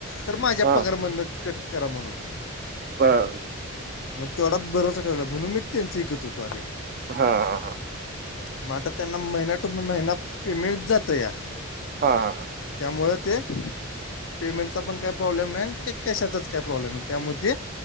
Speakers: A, on the left; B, on the right.
A: तर माझ्या
B: हां
A: पगारमधन कट करा म्हणून
B: बरं.
A: मग, तेवढा बरोसा ठेवला, म्हणून मी त्यांच विकत होतो आधी
B: हा.
A: मग, आता त्यांना महिना टू महिना पेमेंट जातया
B: हा हा.
A: त्यामुळं ते पेमेंटचा पण काही प्रॉब्लेम नाही, आणि कॅशाचाच काही प्रॉब्लेम नाही, त्यामुळे ते